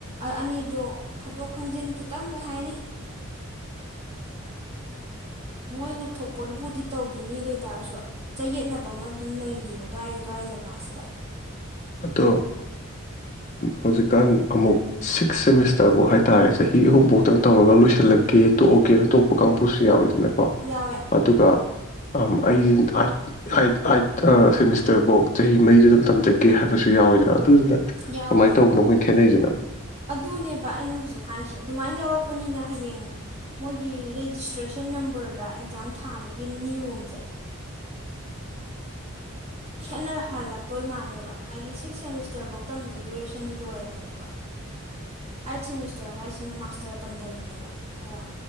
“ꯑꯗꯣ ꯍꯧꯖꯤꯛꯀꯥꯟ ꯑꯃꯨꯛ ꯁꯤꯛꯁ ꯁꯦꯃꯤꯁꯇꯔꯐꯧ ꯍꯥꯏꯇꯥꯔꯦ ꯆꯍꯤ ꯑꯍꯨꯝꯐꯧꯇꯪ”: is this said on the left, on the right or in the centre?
Left